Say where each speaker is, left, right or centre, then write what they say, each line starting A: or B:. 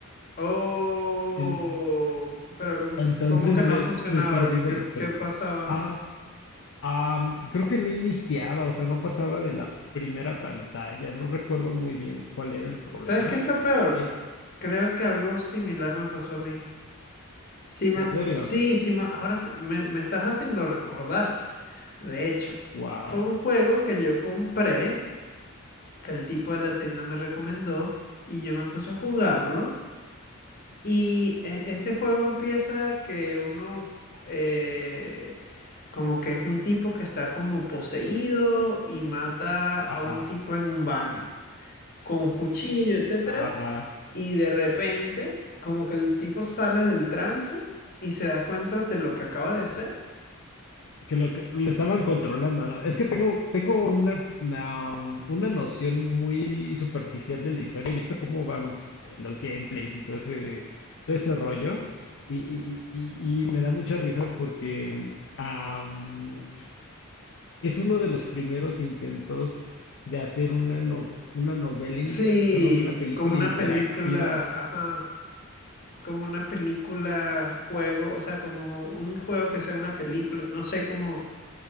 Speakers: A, on the left (about 45°); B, on the left (about 60°).
A: Oh,
B: En-
A: pero ¿cómo
B: entonces
A: cómo que
B: me,
A: no funcionaba?
B: me perdí de
A: ¿Qué,
B: la experiencia.
A: qué pasaba?
B: Ah, am, creo que no iniciaba, o sea, no pasaba de la primera pantalla. No recuerdo muy bien cuál era el problema.
A: ¿Sabes qué es lo peor?
B: Eh,
A: Creo que
B: ajá,
A: algo similar me pasó a mí. Sí, ma-
B: en serio.
A: sí, sí, ma- ahora que me, me estás haciendo recordar. De hecho,
B: Wow.
A: fue un juego que yo compré. que el tipo de la tienda me recomendó y yo me puse a jugarlo. Y e- ese juego empieza que uno eh, como que es un tipo que está como poseído y mata a
B: Ajá.
A: un tipo en un baño con un cuchillo, etcétera.
B: Ajá.
A: Y de repente como que el tipo sale del trance y se da cuenta de lo que acaba de hacer.
B: que lo que lo estaban controlando, ¿no? Es que tengo, tengo una, una, um, una noción muy superficial de la historia. He visto cómo van eh, los gameplays y todo ese, todo ese rollo. Y, y- y- y me da mucha risa porque mm, am, es uno de los primeros intentos de hacer una, no- una novela, in-
A: Sí,
B: perdón, una película
A: como una
B: interactiva.
A: película, ajá. como una película juego, o sea, como un juego que sea una película, no sé cómo,